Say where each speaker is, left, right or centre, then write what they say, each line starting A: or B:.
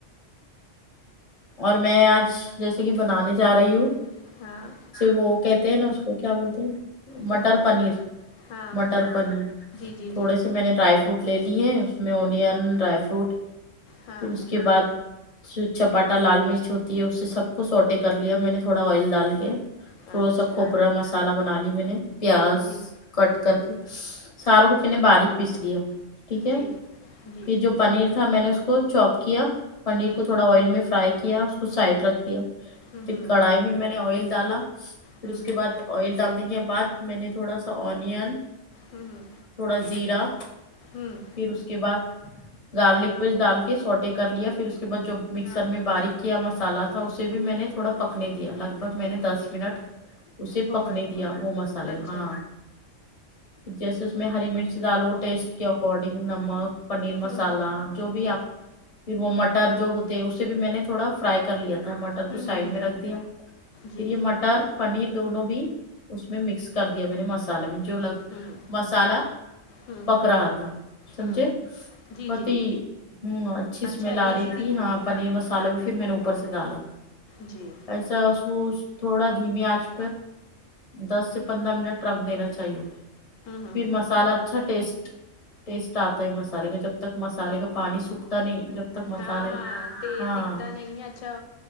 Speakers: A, on the left; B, on the left.
A: اور میں آج جیسے کہ بنانے جا
B: جی
A: رہی ہوں
B: ہاں
A: وہ کہتے ہیں نا اس کو کیا بولتے ہیں مٹر
B: کیا بولتے
A: پنیر
B: ہیں ہاں
A: مٹر پنیر
B: جی جی
A: تھوڑے
B: جی
A: سے میں نے ڈرائی ف فروٹ لے لیے اس میں اونین ڈرائی فروٹ
B: ہاں
A: پھر اس کے بعد چپاٹا لال مرچ ہوتی ہے اس سے سب کوچھ سوٹے کر لیا میں نے تھوڑا آئل ڈال کے
B: اچھا
A: تھوڑا سا کھوپرا مسالہ بنا لی میں نے پیاز
B: جی
A: کٹ کر کے ساروں کو پہ نے باریک پیس لیا ٹھیک ہے
B: جی جی
A: پھر جو پنیر تھا میں نے اس کو چوپ کیا پنیر
B: ہوں
A: کو تھوڑا آئل میں فرائی کیا اس کو سائڈ رکھ دیا
B: ہوں
A: پھر کڑھائی میں میں نے آئل ڈالا پھر
B: ہوں ہوں
A: اس کے بعد آئل ڈالنے کے بعد میں نے تھوڑا سا ونوں
B: ہوں
A: تھوڑا زیرہ
B: ہوں ہوں
A: پھر اس کے بعد گارلک پیس ڈال کے سوٹے کر لیا پھر اس کے بعد جو مکسر
B: ہاں
A: میں باریک کیا مسالا تھا اسے بھی میں نے تھوڑا پکنے دیا لگ بھگ میں نے دس منٹ اسے
B: ہو
A: پکنے
B: گئے
A: دیا وہ مسالے
B: اچھا
A: ہاں پھر جیسے اس میں ہری مرچ ڈالو ٹیسٹ کے اکارڈنگ نمک پنیر مسالہ
B: ہوں
A: جو بھی آپ پھر وہ مٹر جو ہوتے اس بھی میں نے تھوڑا فرائی کر لیا تھا مٹر
B: ہوں
A: کو سائڈ
B: ہوں
A: میں رکھ دیا پھر
B: جی
A: یہ مٹ مٹر پنیر دونوں بھی اس میں مکس کر دیا میں نے مسالے میں جو لگ
B: ہوں
A: مسالہ
B: ہوں
A: پک رہا تھا سمجھے
B: ہوں جی
A: بہت
B: جی
A: ہی
B: جی
A: ہوں اچھی اسمیل
B: اچھا
A: آ
B: ایزی
A: رہی تھی
B: دکھ
A: ہاں مسالا پھر میں نے اوپر سے ڈالا
B: جی
A: ایسا اس کو تھوڑا دھیمی آنچ پر دس سے پندرہ منٹ ٹرک دینا چاہیے
B: ہوں
A: پھر مسالہ اچھا ٹیسٹ ٹیسٹ آتا ہے مسالے کا جب تک مسالے کا پانی سکھ تا نہیں جب تک مسالے
B: ہاں ہاں تیل
A: ہاں
B: دکھتا نہیں ہے اچھا